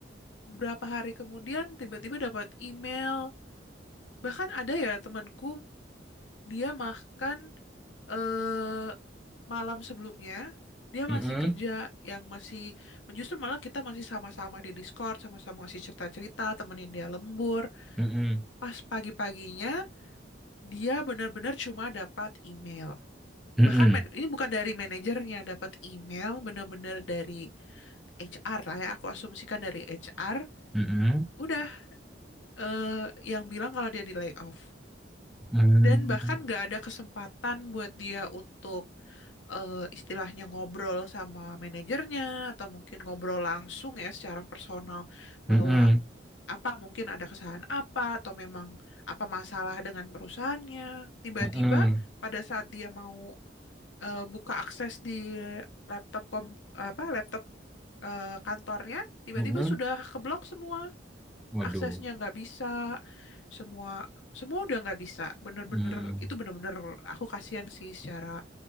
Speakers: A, on the left (about 85°); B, in the centre.
A: berapa hari kemudian tiba-tiba dapat email. Bahkan ada ya temanku, dia makan eh, malam sebelumnya Dia
B: mm-mm,
A: masih kerja yang masih justru malah kita masih sama-sama di Discord, sama-sama masih cerita-cerita, temenin dia lembur.
B: mm-mm,
A: Pas pagi-paginya Dia benar-benar cuma dapat email.
B: mm-mm,
A: Bahkan man- ini bukan dari manajernya, dapat email benar-benar dari HR lah ya. Aku asumsikan dari HR.
B: mm-mm,
A: Udah eh, yang bilang kalau dia di layoff.
B: mm-mm,
A: Dan bahkan nggak ada kesempatan buat dia untuk eh, istilahnya ngobrol sama manajernya atau mungkin ngobrol langsung ya secara personal
B: mm-mm,
A: bahwa apa mungkin ada kesalahan apa atau memang apa masalah dengan perusahaannya. Tiba-tiba
B: mm-mm,
A: pada saat dia mau eh, buka akses di laptop kom apa laptop eh, kantornya tiba-tiba
B: mm-mm.
A: sudah keblok semua
B: Waduh.
A: aksesnya nggak bisa semua semua udah nggak bisa bener-bener
B: Hmm.
A: itu bener-bener aku kasihan sih secara